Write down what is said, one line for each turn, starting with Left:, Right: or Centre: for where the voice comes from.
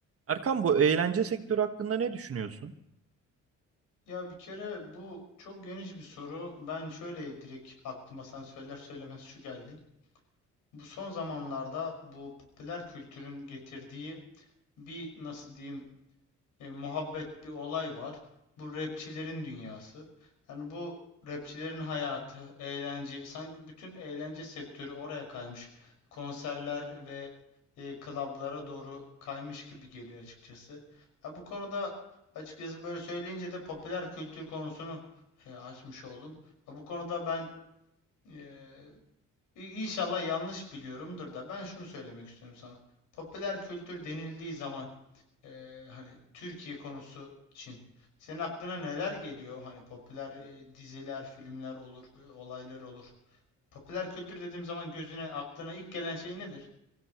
Right: Erkan bu eğlence sektörü hakkında ne düşünüyorsun?
Left: Ya bir kere bu çok geniş bir soru. Ben şöyle direkt aklıma sen söyler söylemez şu geldi. Bu son zamanlarda bu popüler kültürün getirdiği bir nasıl diyeyim e, muhabbet bir olay var. Bu rapçilerin dünyası. Yani bu rapçilerin hayatı, eğlence, sanki bütün eğlence sektörü oraya kaymış. Konserler ve e, klablara doğru kaymış gibi geliyor açıkçası. Ya bu konuda açıkçası böyle söyleyince de popüler kültür konusunu e, açmış oldum. Ya bu konuda ben e, İnşallah yanlış biliyorumdur da ben şunu söylemek istiyorum sana. Popüler kültür denildiği zaman e, hani Türkiye konusu için senin aklına neler geliyor? Hani popüler e, diziler, filmler olur, e, olaylar olur. Popüler kültür dediğim zaman gözüne, aklına ilk gelen şey nedir?